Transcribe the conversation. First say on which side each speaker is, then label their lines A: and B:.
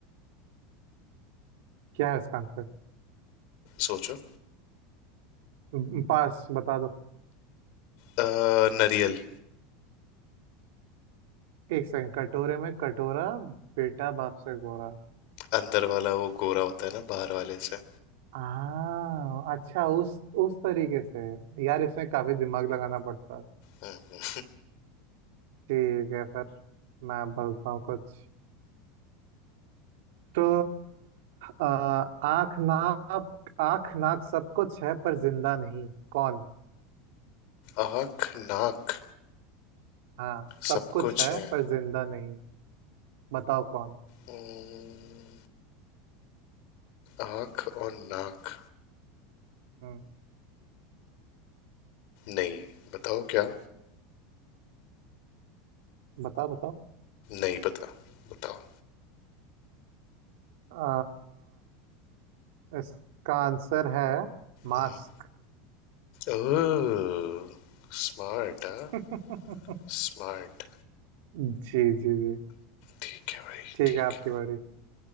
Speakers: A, on the right (about 75°); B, on the left (about 60°).
A: क्या है इसका आंसर
B: सोचो
A: म, पास बता दो
B: अ, नरियल
A: एक सेकंड कटोरे में कटोरा बेटा बाप से गोरा
B: अंदर वाला वो गोरा होता है ना बाहर वाले से
A: आ अच्छा उस उस तरीके से यार इसमें काफी दिमाग लगाना पड़ता है
B: हम्म,
A: ठीक है फिर मैं बोलता हूँ कुछ तो आ, आँख नाक आँख नाक सब कुछ है पर जिंदा नहीं कौन
B: आँख नाक
A: हाँ
B: सब
A: सब कुछ
B: कुछ
A: है
B: है
A: पर जिंदा नहीं बताओ कौन
B: हम्म, आँख और नाक
A: हम्म
B: नहीं बताओ क्या
A: बताओ बताओ
B: नहीं पता बताओ
A: आ, इसका आंसर है मास्क
B: हम्म। ओह स्मार्ट हाँ
A: <laughs>
B: स्मार्ट
A: जी जी जी
B: ठीक है भाई
A: ठीक
B: ठीक
A: है आपकी बारी